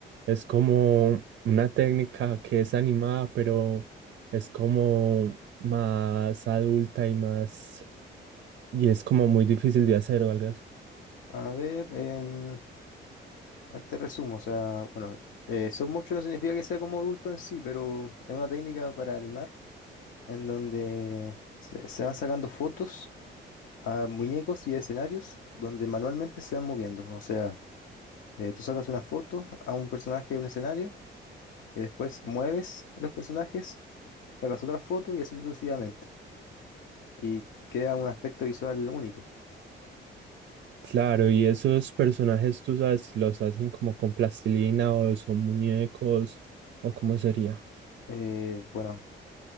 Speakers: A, on the right; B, on the left.
A: es como una técnica que es animada, pero es como más adulta y más, y es como muy difícil de hacer, ¿verdad?
B: A ver, em, a- te resumo, o sea, bueno, eh, stop motion no significa que sea como adulto en sí, pero es una técnica para animar en donde se, se van sacando fotos a muñecos y a escenarios donde manualmente se van moviendo. O sea, eh, tú sacas una foto a un personaje de un escenario y después mueves los personajes, sacas otra foto y así sucesivamente. Y queda un aspecto visual único.
A: Claro, y esos personajes, tú sabes si los hacen como con plastilina o son muñecos o cómo sería.
B: Eh, bueno,